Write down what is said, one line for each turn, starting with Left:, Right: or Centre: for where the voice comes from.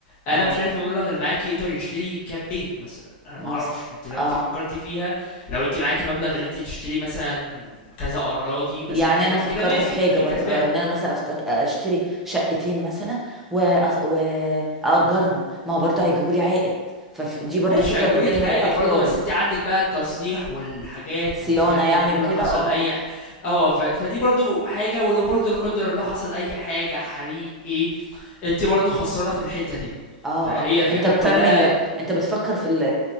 Left: انا
Centre: اه
Left: مش عارف المبلغ اللي معاكي يقدر يشتري كام بيت مثلا انا
Centre: مثلا
Left: ما اعرفش فانت لو
Centre: اه
Left: انت فكرتي فيها لو انت معاكي مبلغ اللي انت تشتري مثلا كذا اراضي مثلا
Centre: يعني
Left: حاجة
Centre: انا فكرت
Left: كده ماشي
Centre: في حاجة
Left: انت الكسبانة
Centre: برضو آه، ان انا مثلا أفت- آه، اشتري شقتين مثلا وأص- واجرهم ما هو برضو هيجيبوا لي عائد فدي برضو
Left: ماشي
Centre: فكرة
Left: هيجيبوا
Centre: من
Left: لك
Centre: ضمن
Left: عائد
Centre: افكاري
Left: برضه بس انت عندك بقى التصليح والحاجات
Centre: صيانة
Left: والكلام
Centre: يعني
Left: ده كله
Centre: وكده
Left: حصل
Centre: اه
Left: اي ح... اه ف... فدي برضه حاجه ولو برضه لا قدر الله حصل اي حاجه حريق ايه انت برضه خسرانه في الحته دي
Centre: اه
Left: فهي
Centre: اه
Left: الفكره
Centre: انت بتعمل
Left: كلها
Centre: انت بتفكر في ال-